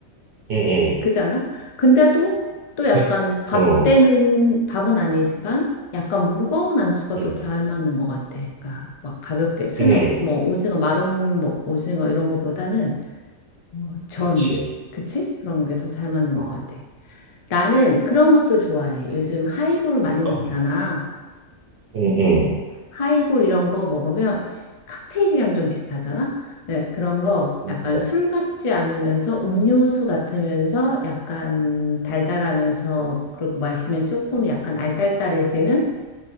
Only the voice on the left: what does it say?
그잖아? 근데도 또 약간
밥
되는, 밥은 아니지만 약간 무거운 안주가
또 잘 맞는 것 같아. 그러니까 막 가볍게 스낵,
뭐 오징어, 마른 뭐 오징어 이런 거보다는 뭐 전,
그치? 그런 게 더 잘 맞는
것 같아. 나는 그런 것도 좋아해. 요즘 하이볼 많이 먹잖아.
하이볼 이런 거 먹으면 칵테일이랑 좀 비슷하잖아. 네, 그런 거
약간
술 같지 않으면서 음료수 같으면서 약간 달달하면서 그리고 마시면 조금
약간 알딸딸해지는